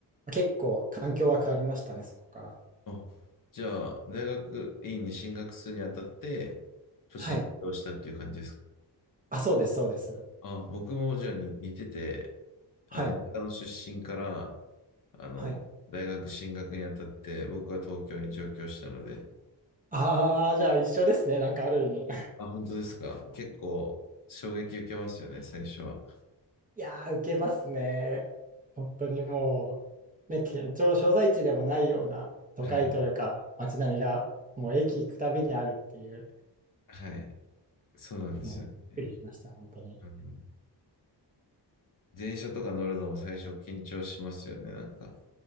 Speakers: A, on the right; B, on the left.
A: 結構環境は変わりましたね、そこから。
B: あ、じゃあ、大学院に進学するにあたって、都心に移動したっていう感じですか
A: はい。あ、そうです、そうです。
B: あ、僕もじゃあに似てて、
A: はい。
B: あの、田舎の出身から、あの、
A: はい。
B: 大学進学にあたって、僕は東京に上京したので、
A: ああ、じゃあ一緒ですね。なんかある意味。
B: あ、本当ですか。結構衝撃受けますよね、最初は。
A: いやー、受けますね。本当にもう、ね、県庁所在地でもないような都会というか、
B: はい、
A: 街並みが、もう駅行くたびにあるっていう、
B: はい、はいそうなんですよね。
A: もう、びっくりしました、本当に。
B: うん、電車とか乗るのも最初緊張しますよね、なんか。